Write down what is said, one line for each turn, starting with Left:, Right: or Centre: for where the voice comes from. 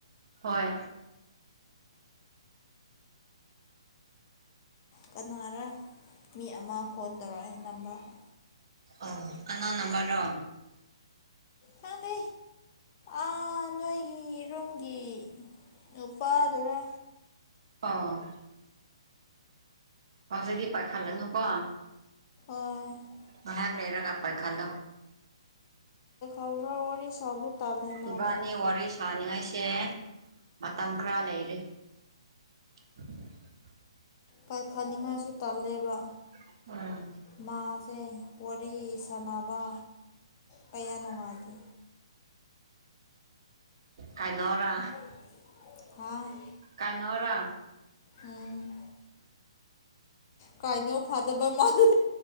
Right: ꯍꯣꯏ꯫
Left: ꯀꯅꯥꯔ ꯃꯤ ꯑꯃ ꯐꯣꯟ ꯇꯧꯔꯛꯑꯦ ꯅꯝꯕꯔ꯫
Right: ꯑꯣ ꯀꯅꯥ ꯅꯝꯕꯔꯣ꯫
Left: ꯈꯪꯗꯦ꯫ ꯑꯥ ꯅꯣꯏꯒꯤ ꯔꯨꯝꯒꯤ ꯅꯨꯄꯥꯗꯨꯔ꯫
Right: ꯑꫭ꯫ ꯍꯧꯖꯤꯛꯗꯤ ꯄꯥꯏꯈꯠꯂꯅꯨꯀꯣ꯫
Left: <unintelligible>
Right: ꯉꯥꯏꯍꯥꯛ ꯂꯩꯔꯒ ꯄꯥꯏꯈꯠꯂꯣ꯫
Left: <inaudible> ꯋꯥꯔꯤ ꯁꯥꯕꯁꯨ ꯇꯥꯟꯂꯦ ꯃꯥꯕꯣ꯫
Right: ꯏꯕꯥꯅꯤ ꯋꯥꯔꯤ ꯁꯥꯅꯤꯡꯉꯥꯏꯁꯦ ꯃꯇꯝ ꯈꯔꯥ ꯂꯩꯔꯤ꯫ <unintelligible>
Left: ꯄꯥꯏꯈꯠꯅꯤꯉꯥꯏꯁꯨ ꯇꯜꯂꯦꯕ꯫
Right: <unintelligible>
Left: ꯃꯥꯁꯦ ꯋꯥꯔꯤ ꯁꯥꯟꯅꯕ ꯀꯌꯥ ꯅꯨꯡꯉꯥꯏꯇꯦ꯫
Right: ꯀꯥꯏꯅꯣꯔꯥ꯫
Left: <unintelligible> ꯍꯥꫭꯏ꯫
Right: ꯀꯥꯏꯅꯣꯔꯥ꯫
Left: ꯎꯝ ꯀꯥꯏꯅꯣ ꯐꯗꯣꯏꯕ ꯃꯥꯜ <unintelligible>